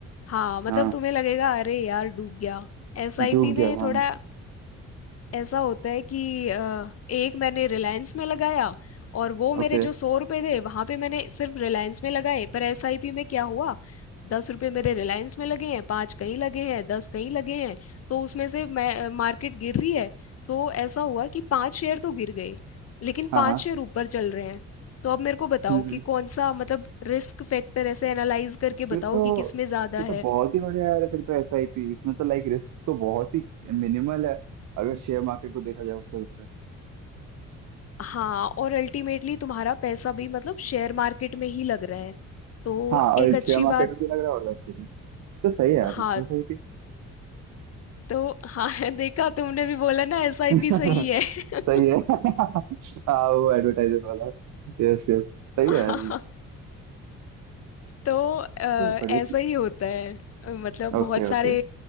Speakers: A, on the left; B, on the right.
A: हाँ मतलब
B: हाँ
A: तुम्हें लगेगा अरे यार डूब गया एसआईपी
B: डूब
A: में
B: गया हाँ
A: थोड़ा ऐसा होता है कि अ, एक मैंने रिलायंस में लगाया और वो मेरे
B: ओके
A: जो सौ रुपए थे वहां पे मैंने सिर्फ रिलायंस में लगाए पर एसआईपी में क्या हुआ दस रुपए मेरे रिलायंस में लगे हैं पांच कहीं लगे हैं दस कहीं लगे हैं तो उसमें से मैं मार्केट गिर रही है तो ऐसा हुआ कि पांच शेयर तो गिर गए लेकिन
B: हाँ
A: पांच
B: हाँ
A: शेयर ऊपर चल रहे हैं तो अब मेरे को बताओ
B: हम्म
A: कि
B: हम्म।
A: कौन सा मतलब रिस्क फैक्टर ऐसे एनालाइज करके
B: फिर
A: बताओ
B: तो
A: कि किस में ज्यादा
B: फिर
A: है
B: तो बहुत ही बढ़िया यार फिर तो एस आई पी इसमें तो लाइक रिस्क तो बहुत ही मिनिमल है अगर शेयर मार्केट को देखा जाए उससे तो।
A: हाँ और अल्टीमेटली तुम्हारा पैसा भी मतलब शेयर मार्केट में ही लग रहा है तो
B: हाँ और
A: एक अच्छी
B: शेयर मार्केट
A: बात
B: में भी लग रहा है और वैसे भी तो सही है यार
A: हाँ
B: बिल्कुल सही भी
A: तो हाँ <laughs> देखा तुमने भी बोला ना एसआईपी
B: <laughs>
A: सही है
B: सही
A: <laughs>
B: है हाँ वो एडवर्टाइजमेंट वाला यस यस सही
A: हाँ,
B: है यार,
A: तो अ,
B: तो बढ़िया
A: ऐसा
B: चीज
A: ही होता है अ, मतलब
B: है
A: बहुत
B: Okay
A: सारे
B: okay